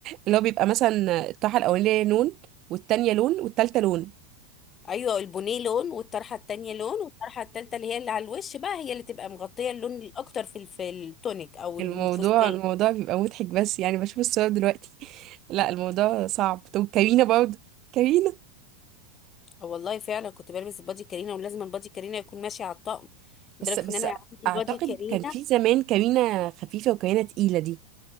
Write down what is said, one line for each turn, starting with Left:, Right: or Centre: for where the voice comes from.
Right: اللي هو بيبقى مثلا الطرحه الاولانيه لون والتانيه لون والتالته لون
Left: ايوه البنيه لون والطرحه التانية لون والطرحه التالتة اللي هي اللي على الوش بقى هي اللي تبقى مغطيه اللون الاكتر في ال- في التونيك او
Right: الموضوع
Left: الفستان
Right: الموضوع بيبقى مضحك بس يعني بشوف الصور دلوقتي <laughs> لا الموضوع صعب طب كارينا برضه كارينا
Left: آه والله فعلا كنت بلبس البادي كارينا ولازم البادي كارينا يكون ماشي على الطقم لدرجه
Right: بس بس
Left: ان انا عندي
Right: اعتقد
Left: بادي كارينا
Right: كان في زمان كارينا خفيفة وكارينا تقيلة دي